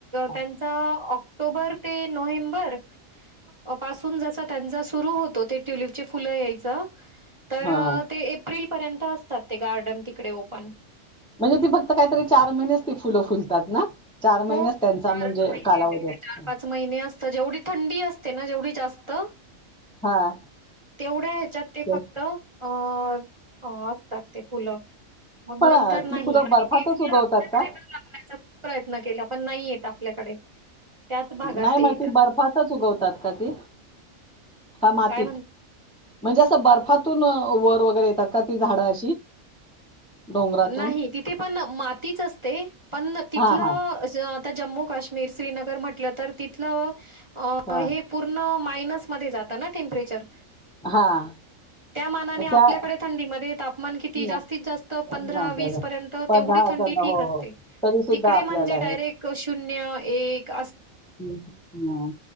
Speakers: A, in the centre; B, on the right.
A: हां,
B: त्यांचा ऑक्टोबर ते नोव्हेंबर पासून जसा त्यांचा सुरू होतो सुरू होतो ते ट्युलिपचे फुलं यायचं तर
A: हां, हां.
B: ते एप्रिल पर्यंत असतात ते गार्डन तिकडे ओपन
A: म्हणजे ती फक्त काहीतरी चार महिनेच ती फुलं फुलतात ना.
B: हो
A: महिनेच त्यांचा
B: चारच
A: म्हणजे
B: महिनेच
A: कालावधी असतो.
B: चार पाच महिने असत जेवढी थंडी असते ना जेवढी जास्त
A: हां.
B: तेवढ्या ह्याच्यात ते
A: तर
B: फक्त अ <unintelligible> अ असतात ते फुलं मग
A: पण
B: नंतर
A: अ,
B: नाही
A: ती फुलं
B: आपल्याकडे
A: बर्फातच उगवतात का?
B: पण आणण्याचा प्रयत्न के पण नाही येत आपल्याकडे त्याच भागात
A: नाही
B: ते
A: मग
B: येतात
A: ती बर्फातच
B: फक्त.
A: उगवतात का ती का मातीत
B: काय म्हण
A: म्हणजे असं बर्फातून वर वगैरे येतात का ती झाडं अशी डोंगरातून?
B: नाही तिथे पण मातीच असते पण तिथलं
A: हां, हां.
B: आता जम्मू काश्मीर श्रीनगर म्हटलं तर तिथलं अ हे
A: हां,
B: पूर्ण मायनस मध्ये जात ना टेंपरेचर
A: हां.
B: त्या मानाने
A: त्या
B: आपल्याकडे थंडीमध्ये तापमान किती
A: नाही
B: जास्तीत जास्त पंधरा
A: नाही
B: वीस
A: करत.
B: पर्यंत
A: पण
B: तेवढी
A: हा असं
B: थंडी ठीक
A: हो
B: असते
A: हो तरी सुद्धा
B: तिकडे
A: आपल्याला
B: म्हणजे डायरेक्ट शून्य एक
A: हम्